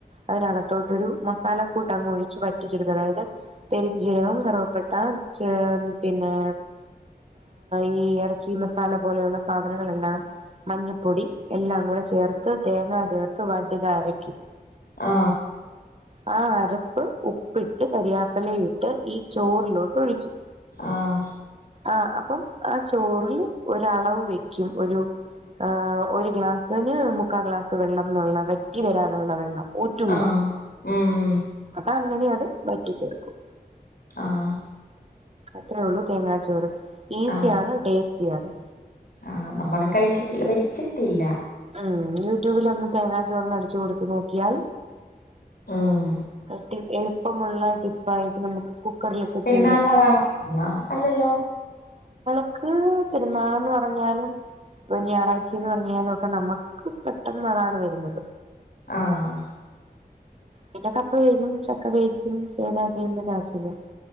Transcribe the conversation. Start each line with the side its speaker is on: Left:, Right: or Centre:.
Right: അതിനകത്തോട്ടോരു മസാല കൂട്ട് അങ്ങങ് ഒഴിു പറ്റിച്ചെടുത്ത് അതായത് പെരിഞ്ചീരകവും കറുവപ്പട്ട പിന്നെ ഈ ഇറച്ചി മസാല പോലെയുള്ള സാധനങ്ങളെല്ലാം മഞ്ഞപ്പൊടി എല്ലാം കൂടെ ചേർത്ത് തേങ്ങാ ചേർത്ത് വട്ടുക അരക്കി
Left: ആ
Right: ആ അരപ്പ് ഉപ്പിട്ട് കരിയാപ്പല ഇട്ട് ഈ ചോറിലോട്ട് ഒഴിക്കും
Left: ആഹ്
Right: ആ അപ്പം ആ ചോറില് ഒരളവ് വെക്കും ഒരു ആ ഒരു ഗ്ലാസ് അതിന് മുക്കാം ഗ്ലാസ് വെള്ളം എന്നുള്ള വെറ്റി തരാനുള്ള വെള്ളം ഒറ്റൂല
Left: ആഹ് ഉം ഉം
Right: അപ്പൊ അങ്ങനെ അത് വറ്റിച്ചേർക്കും
Left: ആഹ്
Right: അത്രേ ഒള്ളു തേങ്ങാച്ചോറ് ഈസിയാണ്
Left: ആഹ്
Right: ടേസ്റ്റ് അതെ
Left: ആഹ് നമ്മള് കഴിച്ചിട്ടില്ല വെച്ചിട്ടില്ല
Right: ഉം യൂട്യൂബില് ഒന്ന് തേങ്ങാ ചോറ് ന്ന്‌ അടിച്ച് കൊടുത്തു നോക്കിയാൽ
Left: ഉം
Right: കട്ടി എളുപ്പമുള്ള ടിപ്പായിട്ട് നമുക്ക് കുക്കറിലൊക്കെ
Left: പെരുന്നാളിനതാണോ
Right: ചെയ്തെടുക്കാം
Left: അല്ലല്ലോ
Right: ക്ക് പെരുന്നാള് ന്ന്‌ പറഞ്ഞാലും ഒരു ഞായറാഴ്ച്ചാന്നു പറഞ്ഞാലും ക്കെ നമുക്ക് പെട്ടെന്ന് അതാണ് വരുന്നത്
Left: ആഹ്
Right: പിന്നെ കപ്പ വേവിക്കും ചക്ക വേവിക്കും ചേന, ചേമ്പ്, കാച്ചില്